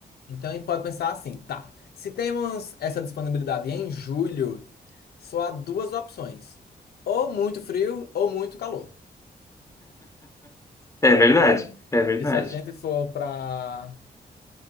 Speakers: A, on the left; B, on the left.
A: Então, a gente pode pensar assim, tá. Se temos essa disponibilidade em julho, só há duas opções: ou muito frio ou muito calor.
B: É verdade,
A: né?
B: é verdade.
A: E se a gente for para